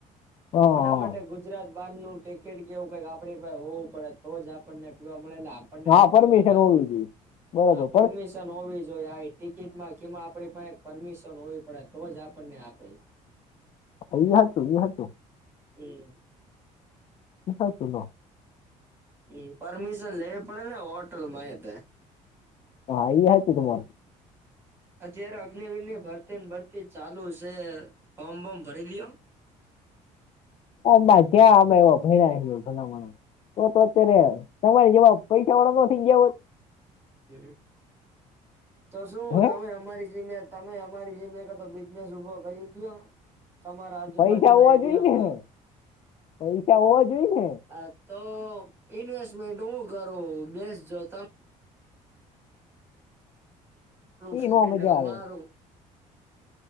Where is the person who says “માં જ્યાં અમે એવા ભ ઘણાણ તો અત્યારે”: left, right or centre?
Left